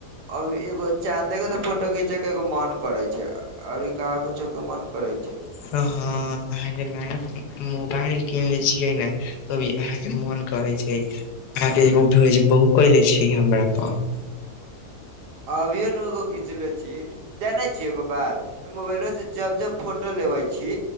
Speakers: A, on the right (about 80°); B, on the left (about 85°).
A: अभी एगो चाँद के तो फोटो घीचे के एगो मन करेै छै, और का कुछो के मन करै छै।
B: त हँ, आहाँ के नाम? मोबाइल कीनलेै छियै ने, तो भी आहाँ के मन करै छै। आहाँ के भेज बहु क ले छी हमरा प <unintelligible>
A: अबियो दूगो घीचने छी, जाने छी एगो बात। मोबाइलो से जब- जब फोटो लेवे छी,